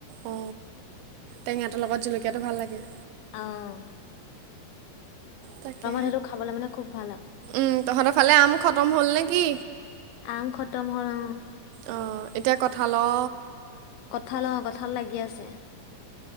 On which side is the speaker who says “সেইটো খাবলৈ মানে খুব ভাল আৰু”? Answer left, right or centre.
Left